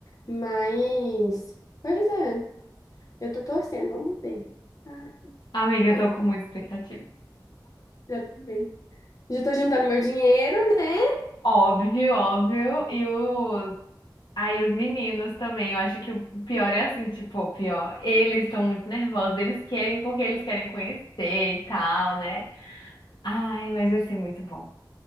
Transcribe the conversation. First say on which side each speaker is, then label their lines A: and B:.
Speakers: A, on the left; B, on the left.
A: Mas, pois é, eu tô torcendo, vamos ver. Ai,
B: Amiga,
A: Pode,
B: eu tô com
A: pode
B: muita expectativa.
A: ser também. Já tô juntando meu dinheiro, né?
B: Óbvio, óbvio. E os. Aí, os meninos também. Eu acho que o pior é assim, tipo, o pior. Eles estão muito nervosos. Eles querem porque eles querem conhecer e tal, né? Ai, mas vai ser muito bom.